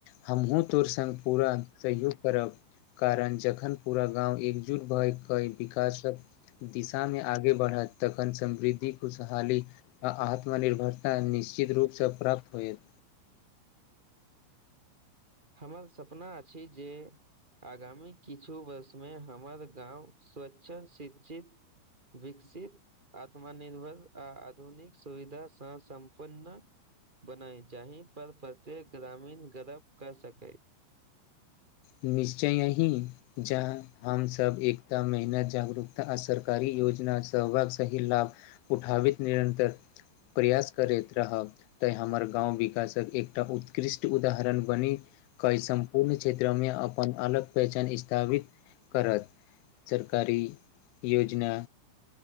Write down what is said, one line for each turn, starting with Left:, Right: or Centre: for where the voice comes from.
Left: हमहुँ तोर संग पूरा सहयोग करब कारण जखन पूरा गाँव एकजुट भयके विकास‌ दिशा मे आगे बढ़त तखन समृद्धि खुशहाली आ आत्मनिर्भरता निश्चित रूप सँ प्राप्त होयत
Right: हमर सपना अछि जे आगामी किछु वर्ष मे हमर गाँव स्वच्छ शिक्षित विकसीत आत्मनिर्भर आ आधुनिक सुविधा सँ सम्पन्न बनाई जी पर प्रत्येक ग्रामीण गर्भ कर सकै
Left: निश्चय यही जहाँ हम सभ एकता मेहनत जागरूकता आ सरकारी योजना सहाग सही लाभ उठाब निरन्तर प्रयास करैत रहब तऽँ हमर गाँव विकासक एकटा उत्कृष्ट उदाहरण बनी कऽ सम्पूर्ण क्षेत्र अपन अलग पहचान स्थापित करत सरकारी योजना